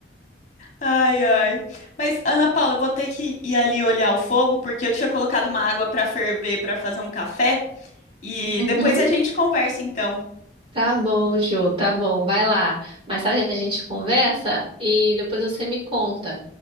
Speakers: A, on the left; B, on the right.
A: Ai, ai. Mas, Ana Paula, eu vou ter que ir ali olhar o fogo, porque eu tinha colocado uma água pra ferver pra fazer um café. E
B: Uhum.
A: depois a gente conversa, então.
B: Tá bom, Jô, tá bom, vai lá. Mais tarde a gente conversa e depois você me conta